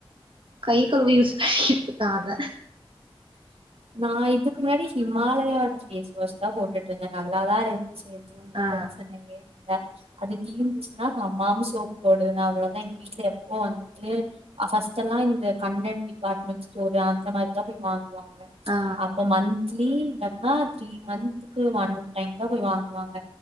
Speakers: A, on the right; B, on the right.
A: கைக்கழுவி யூஸ் காக
B: நா இதுக்கு முன்னாடி ஹிமாலயோட ஃபேஸ் வாஷ் தா போட்டுருக்கேங்க நல்லாதாருந் சி எதுவுமே
A: ஆ
B: பிரச்சனயே இல்ல அது தீந்துருச்சின்னா ஹமாம் சோப் போடுவ அவ்ளோ தா எங்க வீட்டுல எப்போ வந்துட்டு ஃபஸ்ட்டெல்லா இந்த கண்ணன் டிபார்ட்மெண்ட் ஸ்டோரு அந்த மாரிதா போய் வாங் வாங்குவோ
A: ஆ
B: அப்ப மன்த் திலீ இல்லட்னா த்ரீ மந்த்துக்கு ஒன் டைம் தா‌ போய் வாங்குவாங்க